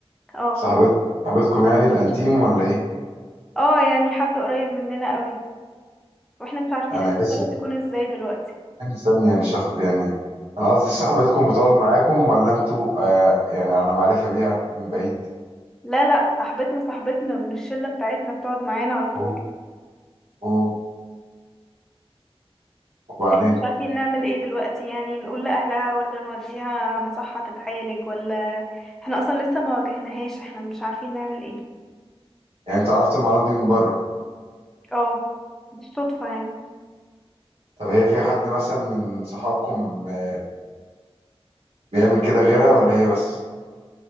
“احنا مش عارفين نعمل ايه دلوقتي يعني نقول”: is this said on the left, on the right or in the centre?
Centre